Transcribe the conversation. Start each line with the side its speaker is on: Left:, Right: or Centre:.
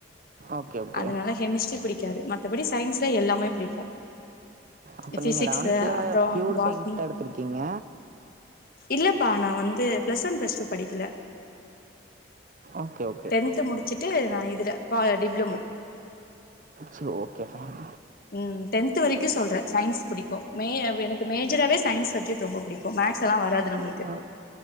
Right: ஓகே ஓகே
Left: அதுனால கெமிஸ்ட்ரி பிடிக்காது மத் தபடி சயின்ஸ்ல எல்லாமே பிடிக்கு
Right: அப்ப
Left: பிசிக்ஸ்சு
Right: நீங்க லெவன்த்ல
Left: அப்றோ
Right: பியூர்
Left: பாட்னி
Right: சயின்ஸ் தா எடுத்திருக்கீங்க
Left: இல்லைப்பா நா வந்து ப்ளஸ் ஒ ப்ளஸ் டூ படிக்ல
Right: ஓகே ஓ
Left: டென்து முடிச்சுட்டு நா இதுல பா டிப்ளமோ
Right: சரி ஓகே ஃபைன்
Left: ம் டென்த் வரைக்கு சொல்றே சயின்ஸ் புடிக்கு மே எனக் மேஜராவே சயின்ஸ் சப்ஜெக்ட் ரொம்ப புடிக்கு அப்ப மேக்ஸ் எல்லா வராது நம்மளுக்கு
Right: ஆ